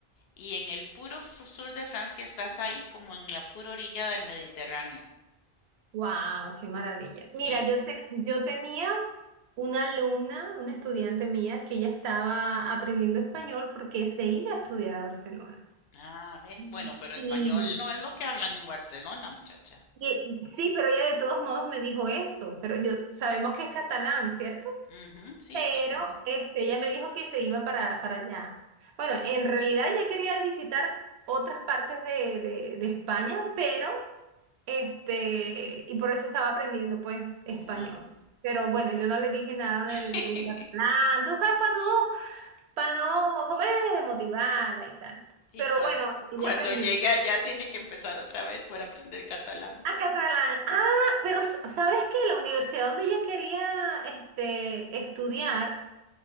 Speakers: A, on the left (about 75°); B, on the right (about 85°).
A: Y en el puro sur de Francia estás ahí como en la pura orilla del Mediterráneo.
B: Wow, qué maravilla. Mira,
A: En,
B: yo te- yo tenía una alumna, una estudiante mía, que ya estaba aprendiendo español porque se iba a estudiar a Barcelona.
A: ah, ¿ves?
B: Mm.
A: Bueno, pero español
B: Sí,
A: no es lo que hablan en Barcelona, muchacha.
B: y- sí, pero ella de todos modos me dijo eso. Pero yo sabemos que es catalán, ¿cierto?
A: Ujú, sí,
B: Pero
A: catalán.
B: este, ella me dijo que se iba para, para allá. Bueno, en realidad ella quería visitar otras partes de, de, de España, pero Este, y por eso estaba aprendiendo pues español.
A: Ah.
B: Pero bueno, yo no le dije nada
A: <laughs>
B: del, del catalán, tú sabes, para no, para no, como es motivarla y tal.
A: Y
B: Pero
A: cuan-
B: bueno, ella
A: cuando
B: aprendió.
A: llegue allá tiene que empezar otra vez por aprender catalán.
B: Ah, catalán. Ah, pero s- ¿sabes qué? La universidad donde ella quería este, estudiar,